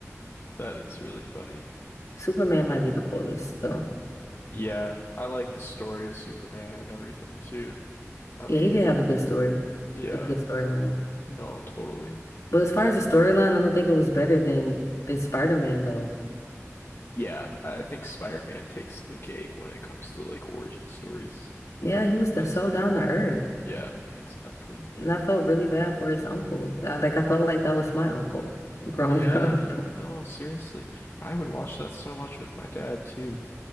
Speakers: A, on the left; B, on the left.
A: That is really funny.
B: Superman might be the coolest, though.
A: Yeah, I like the story of Superman and everything too. I
B: Yeah,
A: mean,
B: he did have a good story,
A: yeah,
B: a good storyline.
A: no, totally.
B: But as far
A: I
B: as the storyline, I don't think it was better than than Spider-Man, though.
A: yeah, I think Spider-Man takes the cake when it comes to like origin stories.
B: Yeah, he was the,
A: That's
B: so
A: number
B: down
A: one.
B: to earth,
A: Yeah, exactly.
B: and I felt really bad for his uncle. I, like, I felt like that was my uncle growing
A: Yeah,
B: <laughs> up.
A: no, seriously. I would watch that so much with my dad too.